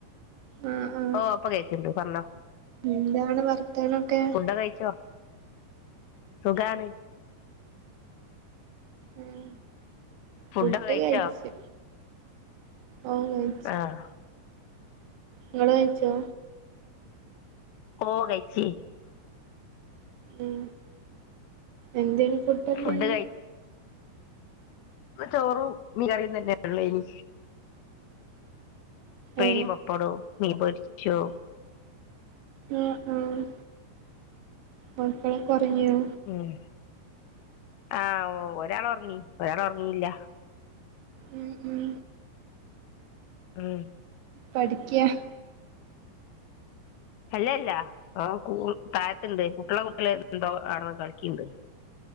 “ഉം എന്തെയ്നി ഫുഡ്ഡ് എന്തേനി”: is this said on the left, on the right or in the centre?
Right